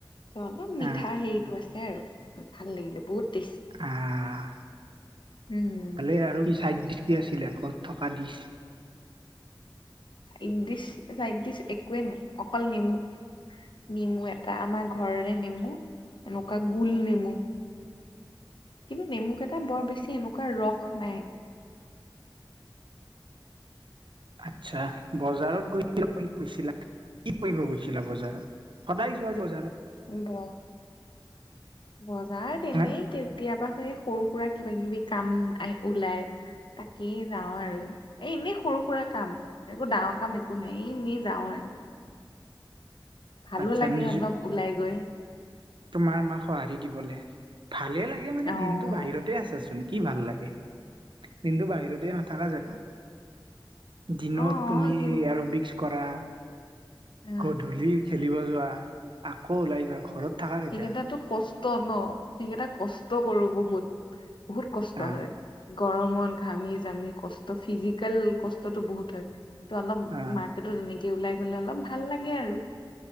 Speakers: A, on the left; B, on the right.
A: ত অলপ মিঠা
B: আহ
A: হেৰিতটো আছে আৰু ভাল লাগিলে বহুত টেচটি
B: আহ
A: উম
B: বুজি পোৱা নাই ভইচতো কি আছিলে ক'ত থকা দিছ
A: ইন ডিচ চাইড ডিচ একোৱেই নাই অকল নেমু নেমু এটা আমাৰ ঘৰৰে নেমু এনেকুৱা গোল নেমু কিন্তু নেমুক এটা বৰ বেছি এনেকুৱা ৰস নাই
B: আচ্ছা বজাৰত গৈছিল বুলি কৈছিলা কি কৰিব গৈছিলা দেখিলা বজাৰত সদায় যোৱা বজাৰত?
A: ব -বজাৰ তে তেনেই
B: হা
A: কেতিয়াবা সে সৰু -সুৰা, কিবা -কিবি কাম আহ ওলাই তাকেই যাওঁ আৰু এ এনে সৰু -সুৰা কাম একো ডাঙৰ কাম একো নাই এনেই যাওঁ আৰু। ভালো
B: আচ্ছা
A: লাগে
B: নিজ
A: অলপ ওলাই গৈ।
B: তোমাৰ মাক সঁহাৰি দিবলে ভালে লাগে মানে
A: অ'।
B: দিনতটো বাহিৰতে আছাচোন? কি ভাল লাগে দিনটো বাহিৰতেই নাথকা জানো? দিনত
A: অ',
B: তুমি
A: কিন
B: আৰবিক্স কৰা
A: অ
B: গধূলি খেলিব যোৱা আকৌ ওলাই যোৱা ঘৰত থাকা কেতিয়া
A: সেইকেইটো কষ্ট ন সেইকেইটা কষ্ট কৰো বহুত বহুত কষ্ট
B: আহ
A: হয়। গৰমত ঘামি জামি কষ্ট ফিজিকেল কষ্টতটো বহুত হয় ত অলপ
B: আহ
A: মাৰ্কেট তেনেকে ওলাই গলে অলপ ভাল লাগে আৰু